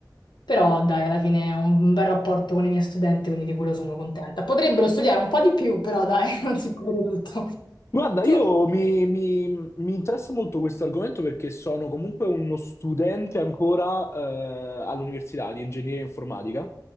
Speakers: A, on the left (about 80°); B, on the left (about 40°).
A: però dai, alla fine ho un bel rapporto con i miei studenti, quindi di quello sono contenta. Potrebbero studiare un po' di più, però dai, <laughs> non si può dire tutto.
B: Guarda,
A: Tu?
B: io mi, mi- mi interessa molto questo argomento perché sono comunque uno studente ancora eh, all'università di ingegneria informatica